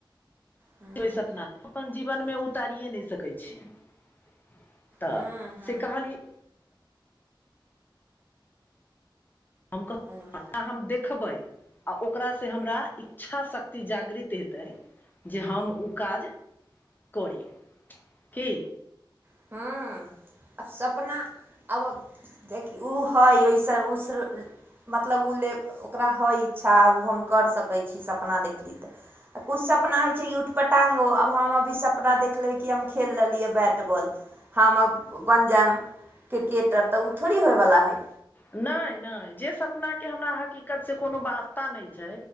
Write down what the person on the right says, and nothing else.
हँ
हँ हँ
हेलो
<unintelligible> आब सपना आब देखि <unintelligible> मतलब ओ ले ओकरा हइ इच्छा ओ हम करि सकै छी सपना देखली तऽ कछु सपना होइ छै कि उठपटांगो आब हम अभी सपना देखलिह कि हम खेल रहलियै बैट बॉल हम अब बनि जायब क्रिकेटर तऽ ओ थोड़ी होयवला हइ